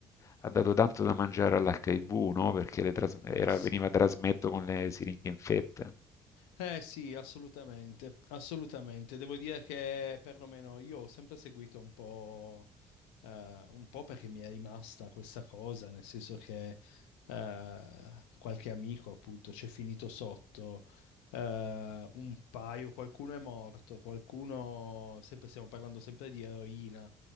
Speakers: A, on the left; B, on the left.
A: ha dato tanto da mangiare all'HIV, no? Perché le tras- era-
B: Eh sì,
A: veniva trasmesso con le siringhe infette.
B: eh sì, assolutamente, assolutamente. Devo dire che perlomeno io ho sempre seguito un po' eh, un po' perché mi è rimasta questa cosa, nel senso che eh, qualche amico appunto c'è finito sotto, eh, un paio, qualcuno è morto, qualcuno, sempre, stiamo parlando sempre di eroina,